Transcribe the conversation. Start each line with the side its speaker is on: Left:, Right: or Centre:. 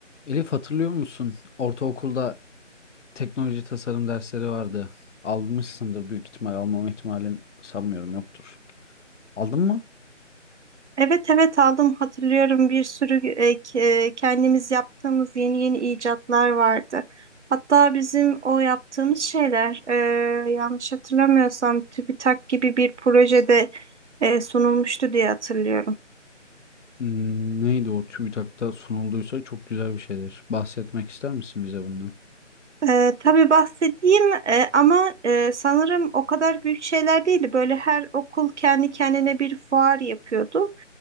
Left: Elif hatırlıyor musun? Ortaokulda teknoloji tasarım dersleri vardı. Almışsındır büyük ihtimal. Almama ihtimalin sanmıyorum yoktur. Aldın mı?
Right: Evet evet aldım hatırlıyorum bir sürü e, k- e, kendimiz yaptığımız yeni yeni icatlar vardı. Hatta bizim o yaptığımız şeyler e, yanlış hatırlamıyorsam TÜBİTAK gibi bir projede e, sunulmuştu diye hatırlıyorum.
Left: Hmm, Neydi o TÜBİTAK'ta sunulduysa çok güzel bir şeydir. Bahsetmek ister misin bize bundan?
Right: E, tabii bahsedeyim e, ama e, sanırım o kadar büyük şeyler değildi. Böyle her okul kendi kendine bir fuar yapıyordu.